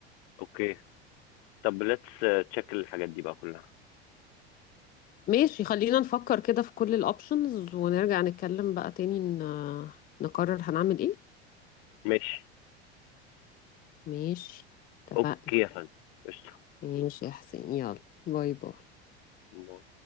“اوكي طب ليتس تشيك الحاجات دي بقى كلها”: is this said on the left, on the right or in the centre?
Left